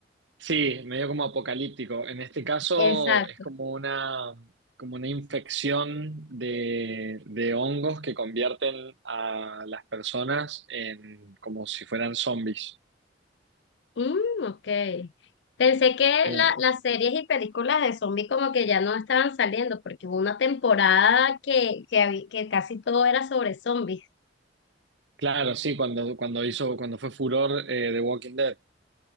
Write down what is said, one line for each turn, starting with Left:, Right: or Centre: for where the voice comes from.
Right: Sí, medio como apocalíptico. En este caso
Left: Exacto.
Right: es como una, como una infección de, de hongos que convierten a las personas en como si fueran zombies.
Left: Mm, ok. Pensé que
Right: Eh,
Left: la- las series y películas de zombies como que ya no estaban saliendo, porque hubo una temporada que, que, habí- que casi todo era sobre zombies.
Right: claro, sí, cuando, cuando hizo, cuando fue furor eh, The Walking Dead.